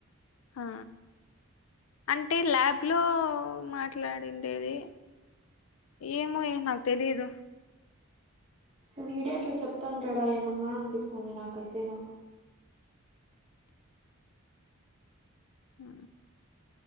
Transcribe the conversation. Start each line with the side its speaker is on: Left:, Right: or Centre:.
Left: హ అంటే ల్యాబ్ లో మాట్లాడిండేది ఏమో ఏ నాకు తెలిదు
Right: వీడి అట్లా చెప్తాంటడా ఏమన్నా అనిపిస్తాంది నాకైతేనా
Left: ఆ